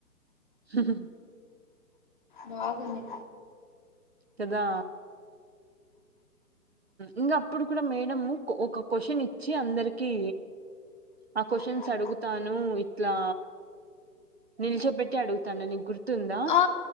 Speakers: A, on the right; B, on the left.
A: హ్హ్ హు
B: బాగుంది
A: కదా ఇంగా అప్పుడు కూడా మేడం ఒక క్వశ్చన్ ఇచ్చింది వచ్చి అందరికి ఆ క్వశ్చన్స్
B: హ్మ్
A: అడుగుతాను ఇట్లా నిల్చోపెట్టి అడుగుతాను నీకు గుర్తుందా
B: ఆ